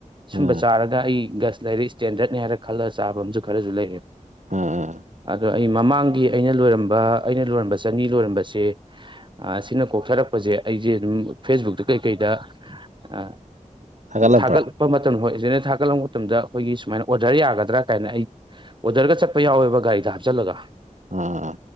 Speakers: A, on the right; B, on the right.
A: ꯁꯨꯝꯕ
B: ꯑꯥ
A: ꯆꯥꯔ ꯒ ꯑꯩ ꯒꯁ ꯂꯩꯔꯦ ꯏꯁꯇꯦꯟꯗꯔꯠꯅꯤ ꯍꯥꯏꯔ ꯈꯜꯂꯒ ꯆꯥꯕ ꯑꯃꯁꯨ ꯈꯔꯁꯨ ꯂꯩꯔꯦ
B: ꯑꯥ ꯑꯥ
A: ꯑꯗꯣ ꯑꯩ ꯃꯃꯥꯡꯒꯤ ꯑꯩꯅ ꯂꯣꯏꯔꯝꯕ ꯑꯩꯅ ꯂꯣꯏꯔꯝꯕ ꯆꯅꯤ ꯂꯣꯏꯔꯝꯕꯁꯦ ꯑꯥ ꯁꯤꯅ ꯀꯣꯛꯊꯔꯛꯄꯁꯦ ꯑꯩꯁꯦ ꯑꯗꯨꯝ ꯐꯦꯁꯕꯨꯛꯇ ꯀꯩꯀꯩꯗ ꯑꯥ
B: ꯊꯥꯒꯠꯂꯛꯄ꯭ꯔꯥ
A: ꯊꯥꯒꯠꯂꯛꯄ ꯃꯇꯝ ꯍꯣꯏ <inaudible> ꯊꯥꯒꯠꯂꯛꯄ ꯃꯇꯝꯗ ꯑꯩꯈꯣꯏꯒꯤ ꯁꯨꯃꯥꯏꯅ ꯑꯣꯔꯗꯔ ꯌꯥꯒꯗ꯭ꯔꯥ ꯀꯥꯏꯅ ꯑꯩ ꯑꯣꯗꯔꯒ ꯆꯠꯄ ꯌꯥꯎꯋꯦꯕ ꯒꯥꯔꯤꯗ ꯍꯥꯞꯆꯜꯂꯒ
B: ꯑꯥ